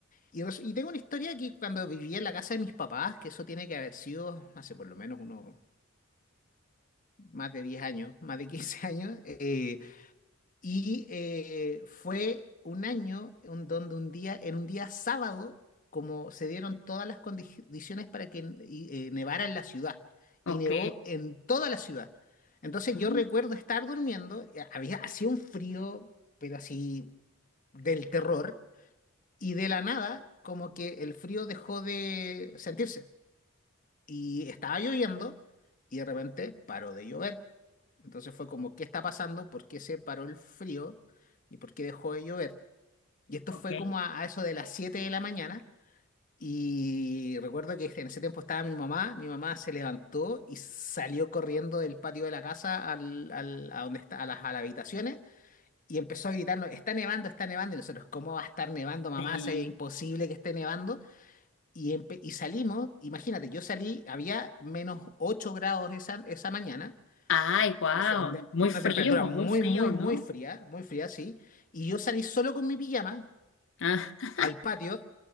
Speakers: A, on the left (about 40°); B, on the left (about 60°).
A: Y, res- y tengo una historia que cuando vivía en la casa de mis papás, que eso tiene que haber sido hace por lo menos unos más de 10 años, más de 15 <laughs> años, eh, Y eh, fue un año en donde un día, en un día sábado, como se dieron todas las condi- condiciones para que y, eh, nevara en la ciudad, y
B: ok,
A: nevó en toda la ciudad. Entonces
B: ujú,
A: yo recuerdo estar durmiendo, y había hacía un frío, pero así del terror, y de la nada, como que el frío dejó de sentirse y estaba lloviendo y de repente paró de llover. Entonces fue como, ¿qué está pasando? ¿Por qué se paró el frío? ¿Y por qué dejó de llover? Y esto
B: ok,
A: fue como a, a eso de las 7 de la mañana. Y recuerdo que en ese tiempo estaba mi mamá. Mi mamá se levantó y salió corriendo del patio de la casa al, al- a, donde está, a, las, a las habitaciones y empezó a gritarnos, está nevando, está nevando. Y nosotros, ¿cómo va a estar nevando, mamá?
B: sí.
A: O sea, Es imposible que esté nevando. Y, empe- y salimos, imagínate, yo salí, había menos 8 grados esa, esa mañana,
B: Ay, wow,
A: es una, te-
B: muy
A: una
B: frío,
A: temperatura muy,
B: muy frío,
A: muy,
B: ¿no?
A: muy fría, muy fría, sí, y yo salí solo con mi pijama
B: Ah.
A: al patio